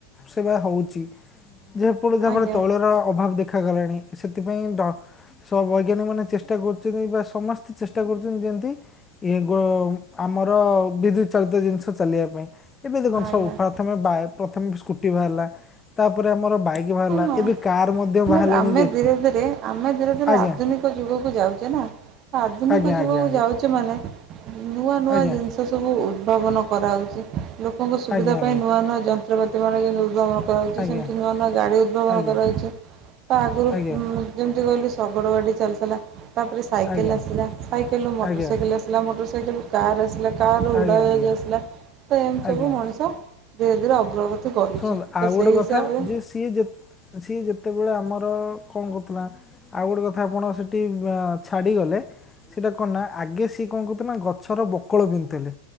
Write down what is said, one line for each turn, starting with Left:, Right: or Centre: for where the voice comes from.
Left: ସେବା ହଉଛି। ଯେପଟ
Right: ଆଜ୍ଞା
Left: ତୈଳର ଅଭାବ ଦେଖାଗଲାଣି ସେଥିପାଇଁ ସ ବୈଜ୍ଞାନିକ ମାନେ ଚେଷ୍ଟା କରୁଛନ୍ତି ବା ସମସ୍ତେ ଚେଷ୍ଟା କରୁଛନ୍ତି ଯେମତି ଏଗ ଆମର ବିଦ୍ୟୁତ ଚାଳିତ ଜିନିଷ ଚାଲିବା ପାଇଁ। ଏମିତି କ
Right: ଆଜ୍ଞା
Left: ସବୁ ପ୍ରଥମେ ପ୍ରଥମେ ସ୍କୁଟି ବାହାରିଲା ତାପରେ ଆମର ବାଇକ୍ ବାହାରିଲା
Right: ହଁ
Left: ଏବେ କାର ମଧ୍ୟ
Right: ନା
Left: ବାହାରିଲେଣି
Right: ଆମେ
Left: ଯେ।
Right: ଧୀରେ ଆମେ ଧୀରେ ଧୀରେ
Left: ଆଜ୍ଞା
Right: ଆଧୁନିକ ଯୁଗକୁ ଯାଉଛେ ନା ଆଧୁନିକ
Left: ଆଜ୍ଞା ଆଜ୍ଞା
Right: ଯୁଗକୁ ଯାଉଛେ ମାନେ ନୂଆ ନୂଆ
Left: ଆଜ୍ଞା
Right: ଜିନିଷ ସବୁ ଉଦ୍ଭାବନ କରାହଉଛି। ଲୋକଙ୍କ ସୁବିଧା
Left: ଆଜ୍ଞା
Right: ପାଇଁ ନୂଆ ନୂଆ ଯନ୍ତ୍ରପାତି ମାନ ଯେମିତି ଉଦ୍ଭମନ କରାଯାଉଛି
Left: ଆଜ୍ଞା
Right: ସେମିତି ନୂଆ ନୂଆ ଗାଡ଼ି ଉଦ୍ଭାବନ
Left: ଆଜ୍ଞା
Right: କରାଯାଉଛି
Left: ଆଜ୍ଞା
Right: ତା ଆଗରୁ
Left: ଆଜ୍ଞା
Right: ଯେମିତି କହିଲି ଶଗଡ଼ ଗାଡ଼ି ଚାଲି ଥିଲା। ତାପରେ ସାଇକେଲ
Left: ଆଜ୍ଞା
Right: ଆସିଲା ସାଇକେଲରୁ ମୋଟର
Left: ଆଜ୍ଞା
Right: ସାଇକେଲ
Left: ଆଜ୍ଞା
Right: ଆସିଲା ମୋଟର ସାଇକେଲରୁ କାର୍ ଆସିଲା। ରୁ
Left: ଆଜ୍ଞା
Right: ଉଡ଼ା
Left: ଆଜ୍ଞା
Right: ଜାହାଜ
Left: ଆଜ୍ଞା
Right: ଆସିଲଥିଲା ତ ଏମିତି
Left: ଆଜ୍ଞା
Right: ସବୁ ମଣିଷ ଧୀରେ ଧୀରେ ଅଗ୍ରଗତ ସେ କରୁଛି
Left: ଶୁଣନ୍ତୁ ଆଉ
Right: ତ
Left: ଗୋଟେ
Right: ସେଇ ହିସାବରେ।
Left: କଥା ଯେ ସିଏ ଯେ ସିଏ ଯେତେବେଳେ ଆମର କଣ କରୁଥିଲା ଆଉ ଗୋଟେ କଥା ଆପଣ ସେ ଛାଡି ଗଲେ ସେଟା କଣ ନା ଆଗେ କଣ କହନ୍ତୁନା ଗଛର ବକଳ ବିନ୍ଧୁଥିଲେ